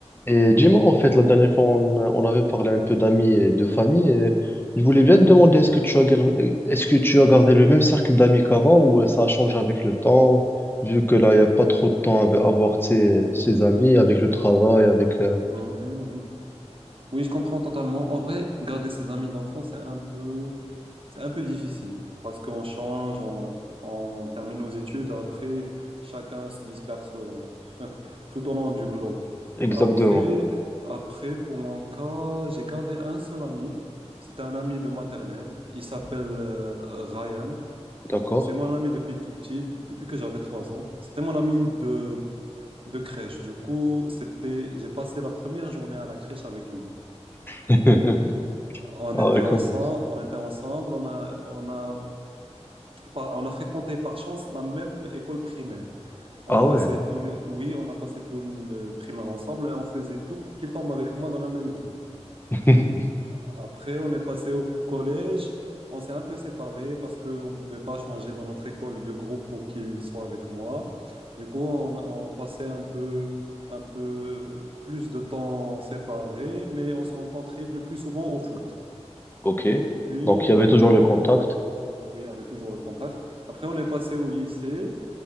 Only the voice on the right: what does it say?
Oui,
oui, oui. Oui, je comprends totalement. En vrai, garder ses amis d'enfance, c'est un peu, c'est un peu difficile parce qu'on change, on, on termine nos études, après, chacun se disperse euh, <laughs> tout au long du globe.
Après, après, pour mon cas, j'ai gardé un seul ami. C'était un ami de maternelle. Il s'appelle euh, Ryan.
C'est mon ami depuis tout petit, depuis que j'avais trois ans. C'était mon ami de, de crèche. Du coup, c'était, j'ai passé la première journée à la crèche avec lui.
On
était
ensemble,
on était ensemble, on a, on a, par- on a fréquenté par chance la même école primaire. On
a passé
tous les, tout- oui, on a passé tout le primaire ensemble et on faisait tout pour qu'il tombe avec moi dans le même groupe.
Après, on est passé au collège. On s'est un peu séparés parce qu'on ne pouvait pas changer dans notre école de groupe pour qu'il soit avec moi. Du coup, on, on passait un peu, un peu plus de temps séparés, mais on se rencontrait le plus souvent au foot.
Puis
après,
o- oui, il y avait toujours le contact. Après, on est passé au lycée.